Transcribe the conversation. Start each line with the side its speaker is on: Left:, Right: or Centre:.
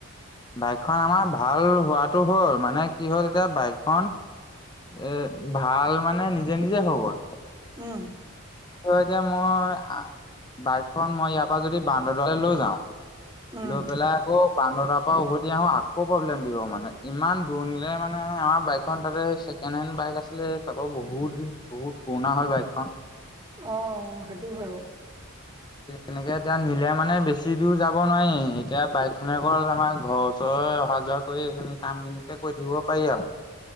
Left: বাইকখন আমাৰ ভাল হোৱাটো হ'ল মানে কি হ'ল এতিয়া বাইকখন এ ভাল মানে নিজে নিজে হৈ গ'ল।
Right: উহ
Left: এতিয়া মই বাইকখন মই ইয়াৰ পৰা যদি বান্দৰদুৱাৰলৈ যাওঁ।
Right: উম
Left: ফুল পেলাই আকৌ বান্দৰদুৱাৰ উভতি আহো আকৌ প্ৰব্লেম দিব মানে ইমান দূৰণিলে মানে আমাৰ বাইকখন তা ছেকেণ্ড হেণ্ড বাই- বাইক আছিলে তাকৰ বহুত দিন বহুত পুৰণা হ'ল বাইক।
Right: অ সেইটোও হয় বাও।
Left: এনেকে এতিয়া নিলে মানে বেছি দূৰ যাব নোৱাৰি এতিয়া বাইকখনে গ'ল আমাৰ ঘৰৰ ওচৰৰে অহা যোৱা কৰি সিনি কাম খিনে কৰি থাকিব পাৰি আও।